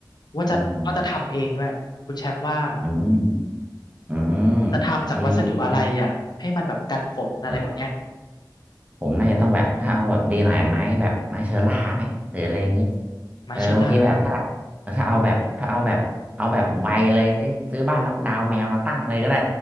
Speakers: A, on the left; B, on the right.
A: ว่าจะว่าจะทำเองด้วยคุณแชมป์ว่า
B: อืมอืม อืม
A: จะทำจากวัสดุอะไรเนี่ยให้มันแบบกันฝนอะไรแบบเนี้ย
B: ดีดีนะเหรอผมน่าจะต้องแบบถ้าเอาแบบดีหน่อยไหมแบบไม้เชอร่าไหมหรืออะไรอย่างนี้
A: ไม้เชอร่า
B: เออบางทีแบบถ้าเออถ้าเอาแบบถ้าเอาแบบเอาแบบไวเลยนี่ซื้อบ้านน็อกดาวน์แมวมาตั้งเลยก็ได้